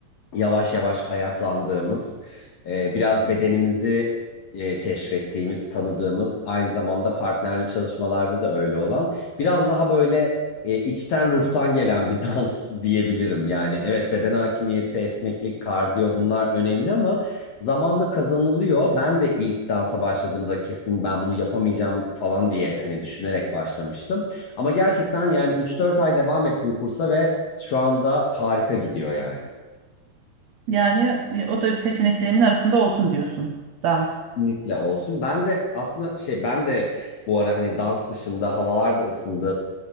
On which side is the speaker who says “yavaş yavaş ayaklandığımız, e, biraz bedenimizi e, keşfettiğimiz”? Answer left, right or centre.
Left